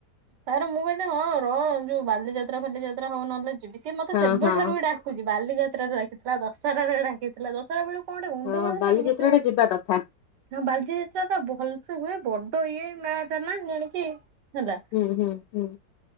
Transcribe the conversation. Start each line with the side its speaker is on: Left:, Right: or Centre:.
Right: ତାପରେ ମୁଁ କହିଲେ ହଁ ରହ ଯୋଉ ବାଲିଯାତ୍ରା ଫାଲି ଯାତ୍ରା ହଉ ନହେଲେ ଯିବି। ସିଏ ମତେ
Left: ହଁ
Right: ସେବେଠାରୁ
Left: ହଁ
Right: ଡା କହୁଚି। ବାଲିଯାତ୍ରାରେ ଡକିଥିଲା। ଦଶହରାରେ ବି ଡାକିଥିଲା। ଦଶହରା ବେଳୁକ୍ କଣ ଗୋଟେ ଗଣ୍ଡଗୋଳ
Left: ହଁ
Right: ହେଲାଣି
Left: ବାଲିଯାତ୍ରା
Right: କି ଯୋଉ
Left: ଟା ଯିବା କଥା
Right: ହଁ ବାଲଜି ଯାତ୍ରାଟା ଭଲସେ ହୁଏ। ବଡ ଇଏ ମେଳାଟା ନା ଜାଣିକି ହେଲା।
Left: ହୁଁ ହୁଁ ହୁଁ।